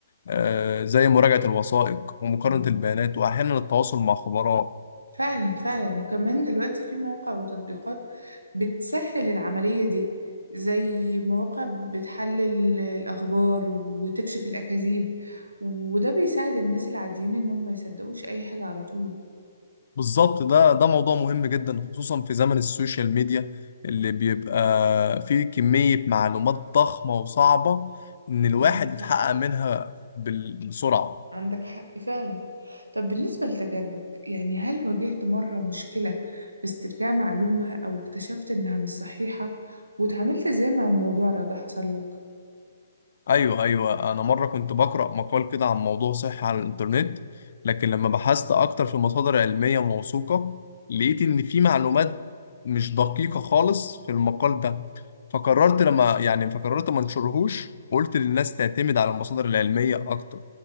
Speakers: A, on the left; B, on the right.
A: آه زي مراجعه الوثائق ومقارنه
B: اه
A: البيانات واحيانا التواصل مع خبراء
B: فعلا فعلا وكمان دلوقتي في مواقع وتطبيقات بتسهل العملية دي زي مواقع بتحلل الأخبار وتكشف الأكاذيب وده بيساعد الناس العاديين إنهم ما يصدقوش أي حاجة على طول
A: بالظبط ده ده موضوع مهم جدا خصوصا في زمن السوشيال ميديا اللي بيبقى فيه كميه معلومات ضخمه وصعبه ان الواحد
B: عندك
A: يتحقق
B: حق
A: منها بال- بسرعه
B: عندك حق فعلا طب بالنسبة لتجاربك يعني هل واجهت مرة مشكلة في استرجاع معلومة أو اكتشفت إنها مش صحيحة واتعاملت إزاي مع الموضوع لو ده حصل لك؟
A: ايوه ايوه انا مره كنت بقرا مقال كده عن موضوع صحي على الانترنت لكن لما بحثت اكتر في مصادر علميه موثوقه لقيت ان في معلومات مش دقيقه خالص في المقال ده فقررت لما يعني فقررت ما انشرهوش وقلت للناس تعتمد على المصادر العلميه اكتر